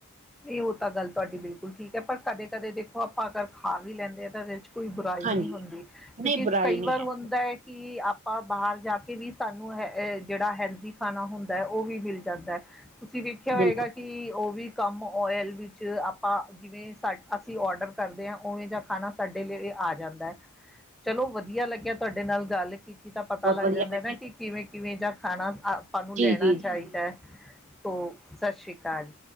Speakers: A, in the centre; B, on the right.
A: ਇਹ ਉਹ ਤਾਂ ਗੱਲ ਤੁਹਾਡੀ ਬਿਲਕੁਲ ਠੀਕ ਐ, ਪਰ ਕਦੇ -ਕਦੇ ਦੇਖੋ ਆਪਾਂ ਅਗਰ ਖਾ ਵੀ ਲੈਂਦੇ ਹਾਂ ਤਾਂ ਇਹਦੇ 'ਚ ਕੋਈ ਬੁਰਾਈ
B: ਹਾਂਜੀ
A: ਨੀ ਹੁੰਦੀ,
B: ਨਹੀਂ
A: ਕਿਉਂਕਿ
B: ਬੁਰਾਈ
A: ਕਈ
B: ਨਹੀਂ
A: ਵਾਰ
B: ਹੈ
A: ਹੁੰਦਾ ਏ ਕਿ ਆਪਾਂ ਬਾਹਰ ਜਾ ਕੇ ਵੀ ਸਾਨੂੰ ਹੈ ਜੇੜਾ ਹੈਲਦੀ ਖਾਣਾ ਹੁੰਦਾ, ਉਹ ਵੀ ਮਿਲ ਜਾਂਦਾ ਤੁਸੀਂ ਵੇਖਿਆ
B: ਬਿਲਕੁਲ
A: ਹੋਏਗਾ ਕਿ ਉਹ ਵੀ ਕੰਮ, ਆਇਲ ਵਿੱਚ ਆਪਾਂ ਜਿਵੇਂ ਸਾ ਅਸੀਂ ਔਡਰ ਕਰਦੇ ਆਂ, ਉਵੇਂ ਦਾ ਖਾਣਾ ਸਾਡੇ ਲਈ ਇਹ ਆ ਜਾਂਦਾ ਚਲੋ ਵਧੀਆ ਲੱਗਿਆ ਤੁਹਾਡੇ ਨਾਲ ਗੱਲ ਕੀਤੀ ਤਾਂ ਪਤਾ
B: ਬਹੁਤ
A: ਲੱਗ
B: ਵਧੀਆ
A: ਜਾਂਦਾ
B: ਲੱਗੀ
A: ਨਾ ਕਿ ਕਿਵੇਂ- ਕਿਵੇਂ ਜਾਂ ਖਾਣਾ ਆਪਾਂ ਨੂੰ
B: ਜੀ
A: ਲੈਣਾ
B: ਜੀ ਜੀ
A: ਚਾਹੀਦਾ ਹੈ, ਤੋ ਸਤਿ ਸ਼੍ਰੀ ਅਕਾਲ।